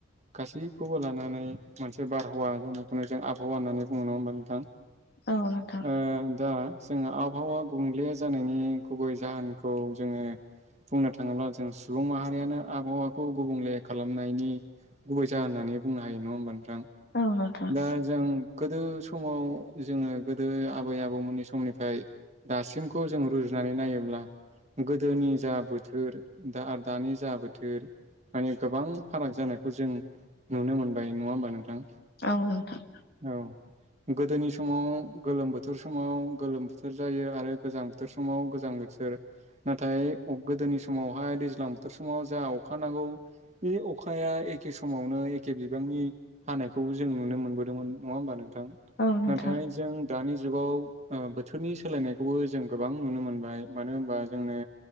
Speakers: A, on the right; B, on the left.
A: गासैखौबो लानानै मोनसे बारहावा जानायखौनो जों आबहावा होननानै बुङो नङा होमबा नोंथां
B: औ नोंथां
A: ओ दा जोंहा आब अ आ गुबुंले जानायनि गुबै जाहोनखौ जोङो बुंनो थाङोब्ला जों सुबुं माहारियानो आबहावाखौ गुबुंले खालामनायनि गुबै जाहोन होननानै बुंनो हायो नङा होमबा नोंथां
B: औ नोंथां
A: दा जों गोदो समाव जोङो गोदो आबै आबौमोननि समनिफ्राय दासिमखौ जों रुजुनानै नायोब्ला गोदोनि जा बोथोर दा आरो दानि जा बोथोर माने गोबां फाराग जानायखौ जों नुनो मोनबाय नङा होमबा नोंथां
B: औ नोंथां
A: औ गोदोनि समाव गोलोम बोथोर समाव गोलोम बोथोर जायो आरो गोजां बोथोर समाव गोजां बोथोर नाथाय गोदोनि समावहाय दैज्लां बोथोर समाव जा अखा नांगौ बे अखा बिफाया एखे समावनो एखे बिबांनि हानायखौ जों नुनो मोनबोदोंमोन नङा होमबा नोंथां
B: औ नोंथां
A: नाथाय जों दानि जुगाव ओ बोथोरनि सोलायनायखौबो जों गोबां नुनो मोनबाय मानो होनबा जोंनो